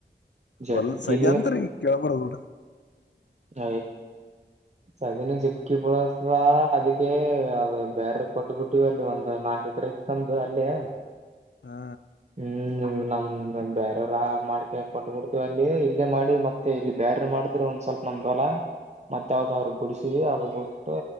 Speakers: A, on the right; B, on the left.
A: ಜಗ್ಗಿ
B: ಒಲ್ ಸಜ ಅತ್ರಿ ಈ ಕಳ್ಬಡ ಕೂಡ
A: ಯ ಸಾದನೆ ಜಗ್ಗಿ ಪಳ <unintelligible> ಅಥವಾ ಅದಕ್ಕೆ ಅ ಬೇರೆ ಕೊಟ್ಟಬಿಟ್ಟಿವ ಅಲ್ಲಿ ಒಂದು ನಾಲ್ಕ ಎಕ್ರೆ ತಂದು ಅಲ್ಲೇ.
B: ಹಾ
A: ಹ್ಮ್ ನಮ್ ನಮ್ದ ಬೇರವರ ಮಾಡ್ಕ ಕೊಟ್ಟಬಿಡ್ತವಿ ಅಲ್ಲಿ ಇಲ್ಲೇ ಮಾಡಿ ಮತ್ತೆ ಇಲ್ಲಿ ಬೇರೆ ಮಾಡಿದ್ರು ಒಂದ್ ಸ್ವಲ್ಪ ನಮ್ದ್ ಹೊಲ. ಮತ್ತ ಯಾವ್ದಾದ್ರು ಬಿಡಿಸಿ ಅದ ಬಿಟ್ಟು